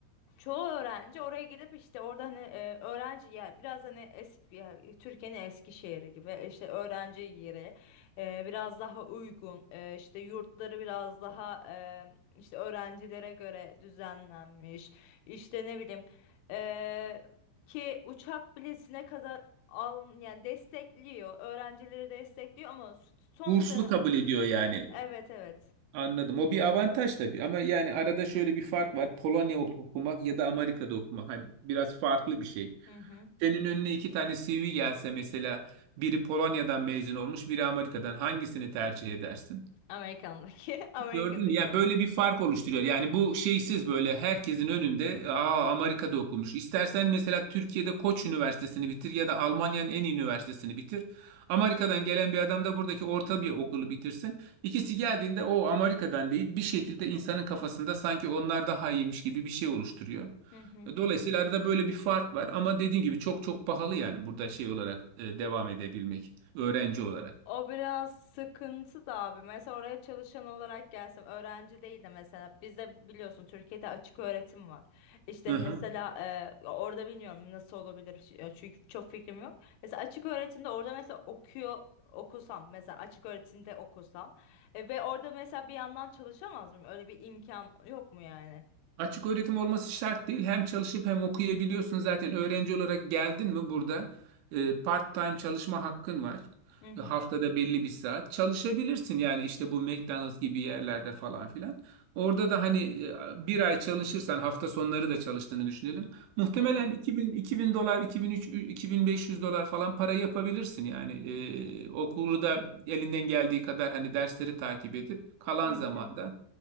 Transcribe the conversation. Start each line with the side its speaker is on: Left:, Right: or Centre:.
Left: Çoğu öğrenci oraya gidip işte orada hani e, öğrenci ya biraz hani eski ya, Türkiye'nin eski şehri gibi işte öğrenci yeri e, biraz daha uygun e, işte yurtları biraz daha e, işte öğrencilere göre düzenlenmiş işte ne bileyim e, ki uçak biletine kadar al yani destekliyor öğrencileri destekliyor ama son
Right: Burslu
Left: dönem
Right: kabul ediyor yani.
Left: evet evet
Right: Anladım. O bir avantaj tabii ama yani arada şöyle bir fark var. Polonya ok-, okumak ya da Amerika'da okumak hani biraz farklı bir şey.
Left: hı hı
Right: Senin önüne iki tane CV gelse mesela biri Polonya'dan mezun olmuş, biri Amerika'dan hangisini tercih edersin?
Left: Amerikan'daki <laughs> Amerika'daki.
Right: Gördün mü? Ya böyle bir fark oluşturuyor. Yani bu şeysiz böyle herkesin önünde aa Amerika'da okumuş. İstersen mesela Türkiye'de Koç Üniversitesi'ni bitir ya da Almanya'nın en iyi üniversitesini bitir. Amerika'dan gelen bir adam da buradaki orta bir okulu bitirsin. İkisi geldiğinde o Amerika'dan deyip bir şekilde insanın kafasında sanki onlar daha iyiymiş gibi bir şey oluşturuyor.
Left: Hı hı.
Right: Dolayısıyla arada böyle bir fark var ama dediğim gibi çok çok pahalı yani burada şey olarak e, devam edebilmek öğrenci olarak.
Left: O biraz sıkıntı da abi. Mesela oraya çalışan olarak gelsem öğrenci değil de mesela bizde biliyorsun Türkiye'de açık öğretim var. İşte
Right: Hı
Left: mesela
Right: hı.
Left: e, orada bilmiyorum nasıl olabilir ç- çünkü çok fikrim yok. Mesela açık öğretimde orada mesela okuyor okusam mesela açık öğretimde okusam e, ve orada mesela bir yandan çalışamaz mıyım? Öyle bir imkan yok mu yani?
Right: Açık öğretim olması şart değil. Hem çalışıp hem okuyabiliyorsun. Zaten öğrenci olarak geldin mi burada e, part-time çalışma hakkın var.
Left: Hı hı.
Right: E, Haftada belli bir saat çalışabilirsin. Yani işte bu McDonald's gibi yerlerde falan filan. Orada da hani e, bir ay çalışırsan hafta sonları da çalıştığını düşünelim. Muhtemelen
Left: Hı hı.
Right: 2000, 2000 dolar, 2003, 2500 dolar falan para yapabilirsin. Yani e, okulu da elinden geldiği kadar hani dersleri takip edip kalan
Left: Hı
Right: zamanda
Left: hı.